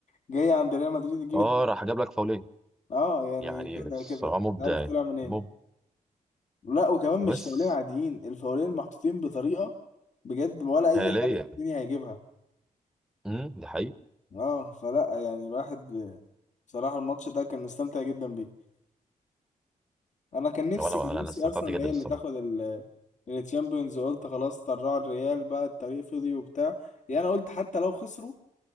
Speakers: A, on the left; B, in the centre.
A: جاي عند ريال مدريد يجيب
B: اه راح جاب لك فاولين
A: اه يعني
B: يعني
A: فجأة
B: الصراحه
A: كده
B: مبدع
A: مش عارف
B: يعني
A: طلع منين
B: مب
A: لا وكمان مش
B: بس
A: فاولين عاديين الفاولين محطوطين بطريقة بجد ولا
B: خياليه
A: اي حارس في الدنيا هيجيبها
B: امم دي حقيقة
A: اه فلا يعني الواحد ب- بصراحة الماتش ده كان مستمتع جدا بيه انا كان نفسي
B: وانا
A: كان
B: انا
A: نفسي
B: أنا استمتعت
A: ارسنال
B: جدا
A: هي اللي
B: الصراحه
A: تاخد ال التشامبيونز وقلت خلاص طلعوا الريال بقى الطريق فضي وبتاع يعني انا قلت حتى لو خسروا